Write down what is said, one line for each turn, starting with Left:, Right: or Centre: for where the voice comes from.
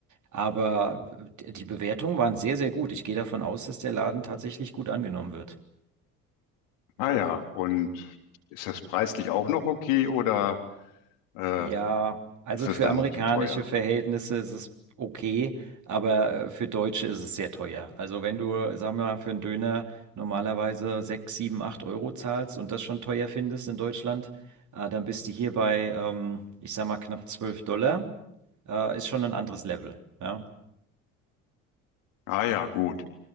Right: Aber d- die Bewertungen waren sehr, sehr gut. Ich gehe davon aus, dass der Laden tatsächlich gut angenommen wird.
Left: Ah ja, und ist das preislich auch noch okay oder äh,
Right: Ja, also
Left: ist das
Right: für
Left: dann
Right: amerikanische
Left: zu teuer?
Right: Verhältnisse ist es okay, aber äh, für Deutsche ist es sehr teuer. Also wenn du, sagen wir mal, für einen Döner normalerweise 6 7 8 Euro zahlst und das schon teuer findest in Deutschland, äh, dann bist du hier bei, ähm, ich sag mal, knapp 12 Dollar. Äh, ist schon ein anderes Level. Ja,
Left: Ah ja, gut.